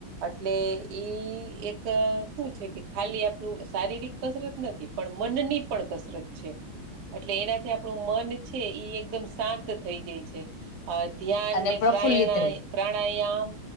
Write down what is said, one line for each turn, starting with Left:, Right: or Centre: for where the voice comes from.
Right: અટલે ઈ એક હું છે કે ખાલી આપણું શારીરિક કસરત નથી પણ મનની પણ કસરત છે અટલે એનાથી આપ પણું મન છે ઈ એકદમ શાંત થઈ જય છે, અ ધ્યાન
Left: અને
Right: ને
Left: પ્રફુલ્લિત
Right: પ્રાયણાય
Left: રહે
Right: પ્રાણાયામ,